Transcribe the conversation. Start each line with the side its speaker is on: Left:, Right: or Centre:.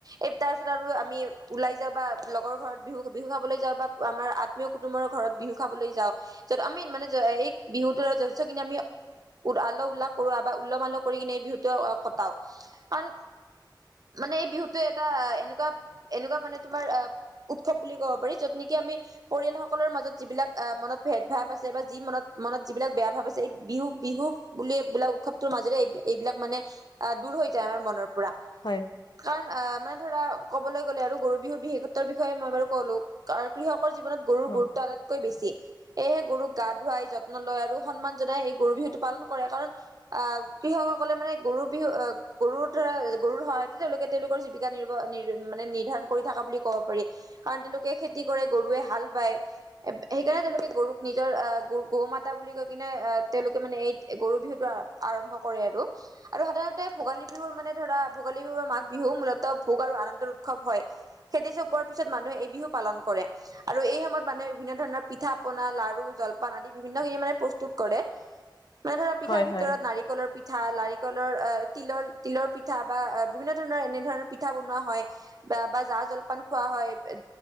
Right: এই তাৰপিছত আৰু আমি ওলাই যাওঁ বা লগৰ ঘৰত বিহু বিহু খাবলৈ যাওঁ বা আমাৰ আ আত্নীয় কুটুমৰ ঘৰত বিহু খাবলৈ যাওঁ, যত আমি মানে এই বিহুটো যথেষ্টখিনি আমি উল্ আল্লহ উল্লাহ কৰো বা উল্লহ মাল্লহ কৰি কিনে বিহুটো কটাও, কাৰণ মানে এই বিহুটোৱে এটা এনেকুৱা এনেকুৱা মানে তোমাৰ অ উৎসৱ ক'ব পাৰি য'ত নেকি আমি পৰিয়াল সকলৰ মাজত যিবিলাক অহ মনত ভেদ ভাৱ আছে বা যি মনত যিবিলাক বেয়া ভাৱ আছে এই বিহু বিহু বুলি বোলা এইবিলাক উৎসৱটোৰ মাজেৰে এই এইবিলাক মানে আহ দূৰ হৈ যায় আমাৰ মনৰ পৰা।
Left: হয়।
Right: কাৰণ আহ মানে ধৰা কবলৈ গ'লে আৰু গৰু বিহুৰ বিশেষত্বৰ বিষয়ে মই বাৰু ক'লো। কাৰণ কৃষকৰ জীৱনত গৰুৰ
Left: হয়
Right: গুৰুত্ব আটাইতকৈ বেছি। সেয়েহে গৰুক গা ধুৱাই যত্ন লয় আৰু সন্মান জনাই এই গৰু বিহুটো পালন কৰে, কাৰণ আহ কৃষকসকলে মানে গৰু বিহু অহ গৰুৰ ধৰা গৰুৰ সহায়তে তেওঁলোকে তেওঁলোকৰ জীৱিকা নিৰ্ব মানে নিৰ্ধাৰণ কৰি থকা বুলি কব পাৰি। কাৰণ তেওঁলোকে খেতি কৰে গুৰুৱে হাল বায়, সেইকাৰণে তেওঁলোকে গৰুক নিজৰ আহ গ গৌ মাতা বুলি কৈ কিনে তেওঁলোকে মানে এই গৰু বিহুটো আৰম্ভ কৰে আৰু। আৰু সাধাৰণতে ভোগালী বিহুৰ মানে ধৰা ভোগালী বিহু বা মাঘ বিহু মূলত ভোগ আৰু আনন্দৰ উৎসৱ হয়। খেতি চপোৱাৰ পিছত মানুহে এই বিহু পালন কৰে, আৰু এই সময়ত মানুহে বিভিন্ন ধৰণৰ পিঠা পনা, লাৰু, জলপান আদি বিভিন্ন খিনি মানে প্ৰস্তুত কৰে। মানে ধৰা পিঠাৰ
Left: হয়
Right: ভিতৰত
Left: হয়
Right: নাৰিকলৰ পি পিঠা লাৰিকলৰ আহ তিলৰ তিলৰ পিঠা বা বিভিন্ন ধৰণৰ এনে ধৰণৰ পিঠা বনোৱা হয় বা বা জা জলপান খোৱা হয়